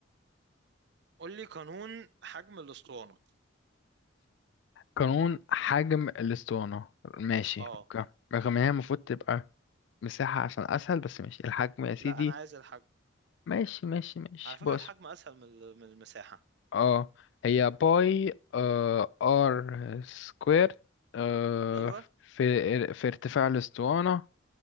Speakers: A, on the right (about 55°); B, on the left (about 65°).
A: قول لي قانون حجم الاسطوانه
B: قانون حجم الاسطوانة ماشي
A: اه
B: اوكي رغم ان هي المفروض تبقى مساحة عشان اسهل بس ماشي الحجم يا سيدي
A: لا انا عايز الحجم
B: ماشي ماشي ماشي
A: على فكره
B: بص
A: الحجم اسهل من ال- من المساحه
B: اه هي باي آه ار سكوير آه
A: ايوه
B: في في ارتفاع الاسطوانة